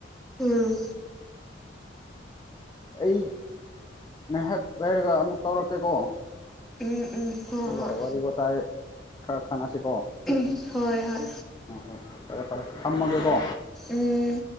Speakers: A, in the centre; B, on the left.
A: ꯎꯝ
B: ꯑꯩ ꯉꯥꯏꯍꯥꯛ ꯂꯩꯔꯒꯥ ꯑꯃꯨꯛ ꯇꯧꯔꯛꯀꯦꯀꯣ
A: ꯎꯝ ꯎꯝ ꯍꯣꯏ
B: ꯑꯗꯨꯒꯥ
A: ꯍꯣꯏ
B: ꯋꯥꯔꯤ ꯋꯥꯇꯥꯏ ꯈꯔꯥ ꯁꯥꯟꯅꯁꯤꯀꯣ
A: ꯍꯣꯏ ꯍꯣꯏ ꯍꯣꯏ
B: ꯑꯣ ꯍꯣꯏ ꯐꯔꯦ ꯐꯔꯦ ꯊꯝꯃꯥꯒꯦꯀꯣ
A: ꯎꯝ